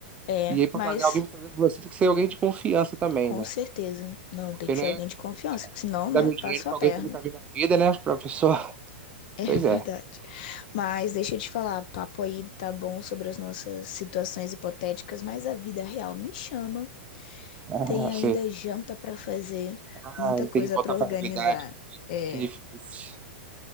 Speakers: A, on the left; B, on the right.
A: É,
B: E aí, para
A: mas
B: pagar alguém para fazer para você, tem que ser alguém de confiança também,
A: com
B: né?
A: certeza. Não,
B: Porque
A: tem que
B: não
A: ser
B: é
A: alguém de confiança, porque senão,
B: Vai
A: né,
B: dar meu
A: passa
B: dinheiro pra
A: a perna.
B: alguém que eu nunca vi
A: <laughs>
B: na vida, né? professor?
A: É
B: Pois
A: verdade.
B: é.
A: Mas deixa eu te falar, papo aí tá bom sobre as nossas situações hipotéticas, mas a vida real me chama.
B: Ah,
A: Tem ainda
B: sim.
A: janta pra fazer,
B: Ah,
A: muita coisa
B: tem que voltar
A: pra
B: pra
A: organizar.
B: realidade.
A: É.
B: Que difícil.